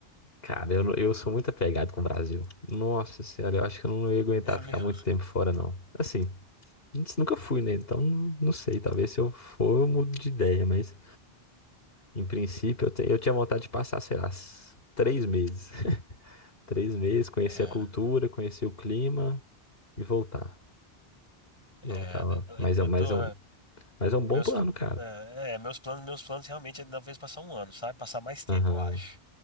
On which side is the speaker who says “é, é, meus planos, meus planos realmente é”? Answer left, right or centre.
Left